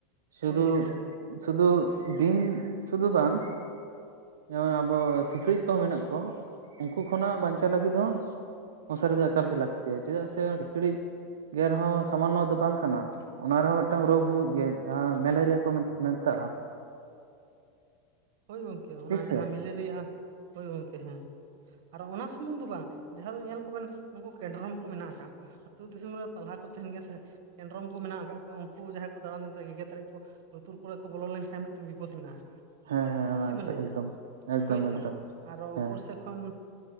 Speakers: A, on the right; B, on the right.
A: ᱥᱩᱫᱩᱼᱼ
B: ᱦᱳᱭ ᱜᱚᱝᱠᱮ
A: ᱥᱩᱫᱩ ᱵᱤᱧ ᱥᱩᱫᱩ ᱵᱟᱝ᱾ ᱡᱮᱢᱚᱱ ᱟᱵᱚ ᱥᱤᱠᱲᱤᱡ ᱠᱚᱦᱚᱸ ᱢᱮᱱᱟᱜ ᱠᱚᱣᱟ ᱩᱱᱠᱩ ᱠᱷᱚᱱᱟᱜ ᱵᱟᱧᱪᱟᱣ ᱞᱟᱹᱜᱤᱫ ᱦᱚᱸ, ᱢᱚᱥᱟᱨᱤ ᱫᱚ ᱮᱠᱟᱞᱜᱮ ᱞᱟᱠᱛᱤᱭᱟ ᱪᱮᱫᱟᱜ ᱥᱮ ᱥᱤᱠᱲᱤᱡᱼ ᱜᱮᱨ ᱦᱚᱸ ᱥᱟᱢᱟᱱᱱᱚ ᱫᱚ ᱵᱟᱝ ᱠᱟᱱᱟ᱾ ᱚᱱᱟ ᱨᱮᱦᱚᱸ ᱢᱤᱫᱴᱟᱝ ᱨᱳᱜᱽ ᱦᱩᱭᱩᱜ ᱜᱮᱭᱟ ᱡᱟᱦᱟᱸ ᱢᱮᱞᱮᱨᱤᱭᱟ ᱠᱚ ᱢᱮᱛᱟᱜᱼᱟ᱾
B: ᱦᱳᱭ ᱜᱚᱢᱠᱮ ᱚᱱᱟ
A: ᱴᱷᱤᱠ ᱥᱮ
B: ᱡᱟᱦᱟᱸ ᱢᱮᱞᱮᱨᱤᱭᱟ ᱦᱳᱭ ᱜᱚᱢᱠᱮ ᱦᱮᱸ᱾ ᱟᱨ ᱚᱱᱟ ᱥᱩᱢᱩᱝ ᱫᱚ ᱵᱟᱝ ᱡᱟᱦᱟᱸ ᱫᱚ ᱧᱮᱞ ᱠᱚᱵᱮᱱ ᱱᱩᱠᱩ ᱠᱮᱰᱨᱚᱢ ᱠᱚ ᱢᱮᱱᱟᱜ ᱠᱟᱜ ᱠᱚᱣᱟ᱾ ᱟᱹᱛᱩ ᱫᱤᱥᱚᱢ ᱨᱮ ᱯᱟᱞᱦᱟ ᱠᱚ ᱛᱟᱦᱮᱱ ᱜᱮᱭᱟ ᱥᱮ ᱠᱮᱰᱨᱚᱢ ᱠᱚ ᱢᱮᱱᱟᱜ ᱠᱟᱜ ᱠᱚᱣᱟ ᱩᱱᱠᱩ ᱡᱟᱦᱟᱸᱭ ᱠᱚ ᱫᱟᱬᱟᱱ ᱜᱮᱜᱮᱛᱨᱮᱫ ᱠᱚᱼᱼ ᱞᱩᱛᱩᱨ ᱠᱚᱨᱮ ᱠᱚ ᱵᱚᱞᱚ ᱞᱮᱱᱠᱷᱟᱱ ᱢᱤᱫᱴᱮᱱ ᱵᱤᱯᱚᱫ ᱢᱮᱱᱟᱜ ᱠᱟᱜᱼᱟ᱾
A: ᱦᱮᱸ ᱦᱮᱸ ᱚᱱᱟ
B: ᱪᱮᱫ ᱵᱮᱱ ᱞᱟᱹᱭᱮᱜᱼᱟ
A: ᱮᱠᱫᱚᱢ ᱮᱠᱫᱚᱢ
B: ᱦᱳᱭ ᱥᱮ
A: ᱮᱠᱫᱚᱢ
B: ᱟᱨᱚ
A: ᱦᱮᱸ
B: ᱩᱯᱚᱨ ᱥᱮᱫᱼᱼ ᱠᱷᱚᱱ